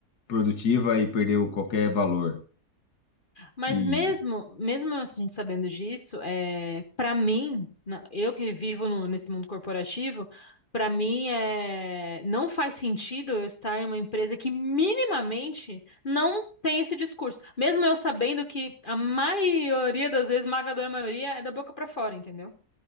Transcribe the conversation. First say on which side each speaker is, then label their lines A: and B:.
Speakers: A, on the left; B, on the left.
A: produtiva e perdeu qualquer valor.
B: Mas
A: E,
B: mesmo, mesmo a gente sabendo disso, é, para mim, na- eu que vivo no- nesse mundo corporativo, para mim é, não faz sentido eu estar em uma empresa que minimamente não tem esse discurso. Mesmo eu sabendo que a maioria das vezes, esmagadora maioria, é da boca para fora, entendeu?